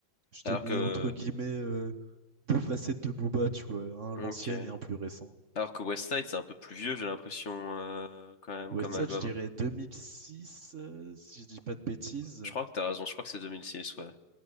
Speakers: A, on the right; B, on the left.
A: Je
B: Alors
A: t'ai mis
B: que,
A: entre guillemets euh, deux facettes de Booba, tu vois, un
B: ok.
A: l'ancienne et un plus récent.
B: Alors que West Side, c'est un peu plus vieux, j'ai l'impression, euh, quand même,
A: Ouais,
B: comme
A: ça,
B: album.
A: je dirais 2006, euh, si je dis pas de bêtises.
B: Je crois que t'as raison, je crois que c'est 2006 ouais.